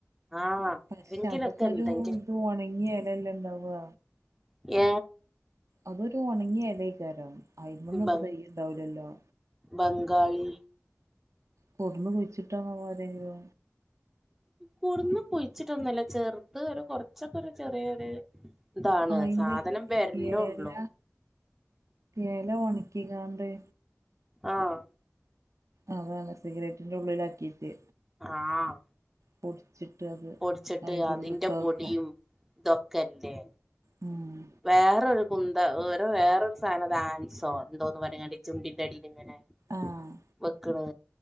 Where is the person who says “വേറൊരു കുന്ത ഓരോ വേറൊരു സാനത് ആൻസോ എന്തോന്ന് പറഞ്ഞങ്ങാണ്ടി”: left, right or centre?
Centre